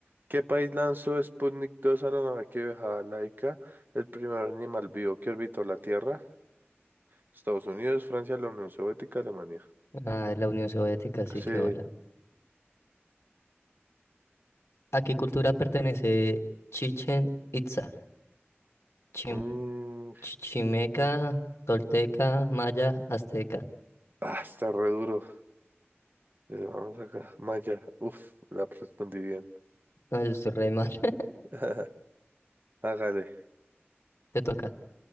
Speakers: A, on the right (about 50°); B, on the left (about 80°).
A: ¿Qué país lanzó Sputnik 2 a la nave que viajaba laica? El primer animal vivo que orbitó la Tierra. Estados Unidos, Francia, la Unión Soviética, Alemania.
B: Ah, la Unión Soviética, así
A: Sí.
B: que hola. ¿A qué cultura pertenece Chichen Itza? Chim-
A: Mm,
B: Chichimeca, Tolteca, Maya, Azteca.
A: ah, está re duro. Eh, vamos acá. Maya. Uf, la respondí bien.
B: No, yo estoy re mal. <laughs>
A: <laughs> Hágale.
B: Te toca.